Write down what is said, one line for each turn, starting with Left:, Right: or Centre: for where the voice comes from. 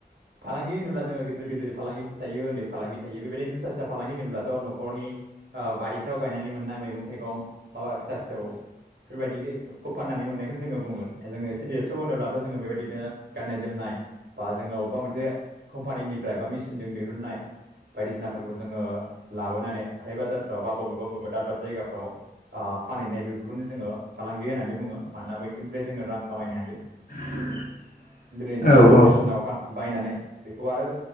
Right: फालांगि होनोब्ला जोङो गिदिर गिदिर फालांगिफोर थायो उन्दै फालांगि थायो बेबायदिनो फिसा फिसा फालांगि होनोब्लाथ' न'खरनि ओ बारिफ्राव गायनानै मोननाय मैगं थाइगं बाबा फिसा फिसौ बेफोरबायदिखौ फाननानै मोननायखौनो जोङो बुंगोन जोङो एसे देरस' होनोब्लाथ' जोङो बेबायदिनो गाननाय जोमनाय बा जोङो अबेबा मोनसे कम्पानिनिफ्राय बा मेसिनजों दिरुननाय बायदिसिनाफोरखौ जोङो लाबोनानै हाथाय बाजारफ्राव बा बबेबा बबेबा दाब दाब जायगाफ्राव आ फानहैनाय बेफोरखौनो जोङो फालांगि होननानै बुङो मानोना बैफोरनिफ्राय जोङो रां खामायनो हायो।
Left: <unintelligible>
Right: दिनै जोङो
Left: औ
Right: खम
Left: औ
Right: बेसेनाव बान बायनानै बेखौ आरो